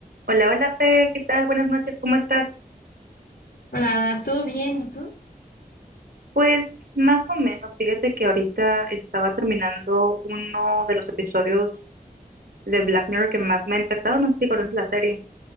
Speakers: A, on the right (about 80°); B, on the left (about 80°).
A: Hola, hola Fer, ¿qué tal? Buenas noches, ¿cómo estás?
B: Hola, ¿todo bien? ¿Y tú?
A: Pues más o menos, fíjate que ahorita estaba terminando uno de los episodios de Black Mirror que más me ha impactado, no sé si conoces la serie.